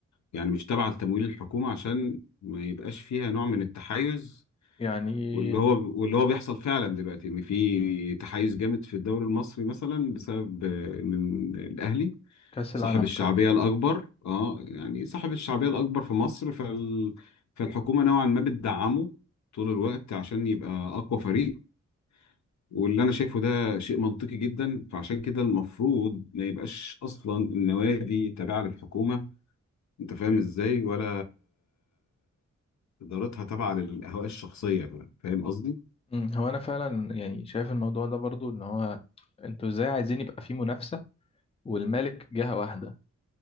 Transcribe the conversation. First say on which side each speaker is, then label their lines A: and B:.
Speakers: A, on the left (about 70°); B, on the left (about 20°).
A: يعني مش تابعة لتمويل الحكومة عشان ما يبقاش فيها نوع من التحيز
B: يعني
A: واللي هو واللي هو بيحصل فعلا دلوقتي ان في تحيز جامد في الدوري المصري مثلا بسبب آه، ان الاهلي
B: كأس
A: صاحب
B: العالم
A: الشعبية
B: كده
A: الأكبر اه يعني صاحب الشعبية الأكبر في مصر فال... فالحكومة نوعا ما بتدعمه طول الوقت عشان يبقى أقوى فريق واللي انا شايفه ده شيء منطقي جدا فعشان كده المفروض ما يبقاش اصلا النوادي تابعه للحكومه انت فاهم ازاي ولا ادارتها تابعه للاهواء الشخصيه بقى. فاهم قصدي
B: مم، هو أنا فعلا يعني شايف الموضوع ده برضو إن هو أنتوا إزاي عايزين يبقى فيه منافسة والمالك جهة واحدة